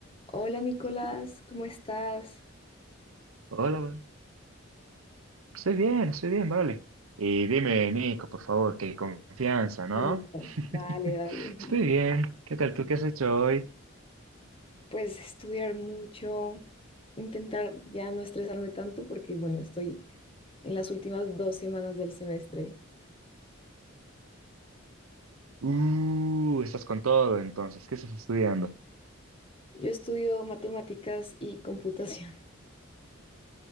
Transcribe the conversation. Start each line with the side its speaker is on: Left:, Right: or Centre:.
Left: Hola Nicolás, ¿cómo estás?
Right: Hola, ma. estoy bien, estoy bien, vale. Y dime, Nico, por favor, qué confianza, ¿no?
Left: Ah, Nico,
Right: <laughs>
Left: dale, dale.
Right: Estoy bien. ¿Qué tal tú? ¿Qué has hecho hoy?
Left: Pues estudiar mucho, intentar ya no estresarme tanto porque bueno, estoy en las últimas dos semanas del semestre.
Right: Uh, estás con todo, entonces. ¿Qué estás estudiando?
Left: Yo estudio matemáticas y computación. <laughs>